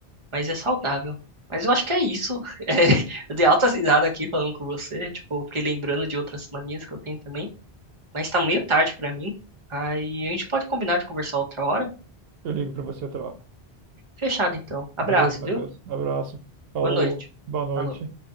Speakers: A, on the right; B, on the right.
A: mas é saudável. Mas eu acho que é isso. <laughs> É, eu dei alta risada aqui falando com você, tipo, fiquei lembrando de outras manias que eu tenho também, mas tá meio tarde pra mim. Aí a gente pode combinar de conversar outra hora.
B: Eu ligo para você outra hora.
A: Fechado, então. Abraço,
B: Beijo, Matheus.
A: viu?
B: Abraço. Falou.
A: Boa noite.
B: Boa noite.
A: Falou.